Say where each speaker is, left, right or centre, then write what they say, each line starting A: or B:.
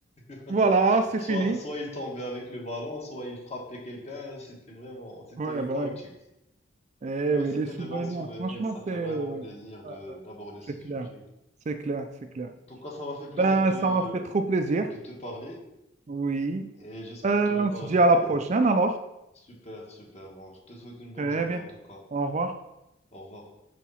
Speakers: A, on the left; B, on the right.
A: <laughs>
B: Voilà, c'est
A: Soit,
B: fini.
A: soit il tombait avec le ballon, soit il frappait quelqu'un. C'était vraiment, c'était
B: Ouais, bah
A: chaotique.
B: ouais. Eh
A: Mais
B: oui,
A: c'était
B: les souvenirs,
A: de bons souvenirs.
B: franchement,
A: Ça
B: c'est
A: fait vraiment
B: ouais,
A: plaisir de
B: ouais,
A: d'aborder ce
B: c'est
A: sujet.
B: clair. C'est clair, c'est clair.
A: En tout cas, ça m'a fait plaisir
B: Ben,
A: de
B: ça m'a fait trop plaisir.
A: de te parler
B: Oui.
A: et j'espère
B: Euh,
A: te reparler.
B: on se dit à la prochaine
A: euh,
B: alors.
A: Super, super. Bon, je te souhaite une bonne
B: Très
A: journée
B: bien.
A: en tout cas.
B: Au revoir.
A: Au revoir.